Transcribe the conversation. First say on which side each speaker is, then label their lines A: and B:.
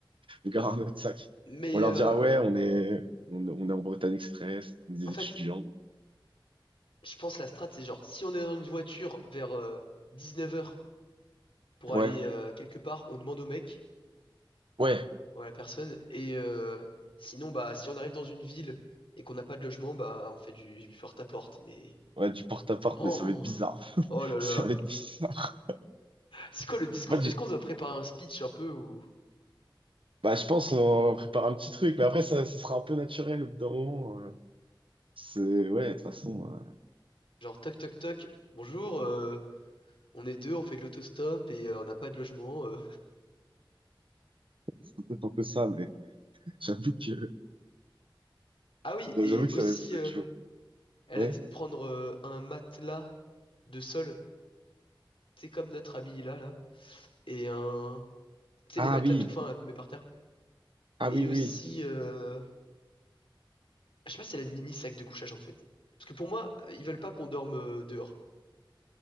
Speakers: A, on the right; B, on the left.
A: On gardera notre sac.
B: mais,
A: On leur
B: euh,
A: dira, ouais, on est, on, on est en Bretagne Express, on est des
B: en fait,
A: étudiants.
B: je pense la strat, c'est genre, si on est dans une voiture vers 19h pour
A: Ouais.
B: aller euh, quelque part, on demande au mec
A: Ouais,
B: ou à la personne. Et euh, sinon, bah, si on arrive dans une ville et qu'on n'a pas de logement, bah, on fait du porte-à-porte. Mais.
A: ouais, du porte-à-porte,
B: Oh,
A: mais ça va être bizarre.
B: oh
A: <laughs>
B: là là.
A: Ça va être bizarre.
B: C'est quoi le discours?
A: En fait, j'ai-
B: Est-ce qu'on vous a préparé un speech un peu ou
A: bah, je pense qu'on va préparer un petit truc, mais après, ça, ça sera un peu naturel au bout d'un moment. euh. C'est, ouais, de toute façon, euh,
B: genre toc toc toc, bonjour, euh, on est deux, on fait de l'autostop et euh, on n'a pas de logement. euh.
A: c'est peut-être un peu ça, mais <laughs> j'avoue que,
B: Ah oui,
A: non,
B: et
A: j'avoue que
B: aussi,
A: ça va, ça va
B: euh,
A: être chaud.
B: elle
A: Ouais.
B: a dit de prendre euh, un matelas de sol. C'est comme notre ami là, là. et un, tu sais,
A: Ah
B: les matelas
A: oui,
B: tout fins là, qu'on met par terre.
A: ah
B: Et
A: oui, oui.
B: aussi, euh, je sais pas si elle a mis sac de couchage en fait. Parce que pour moi, euh, ils veulent pas qu'on dorme euh, dehors.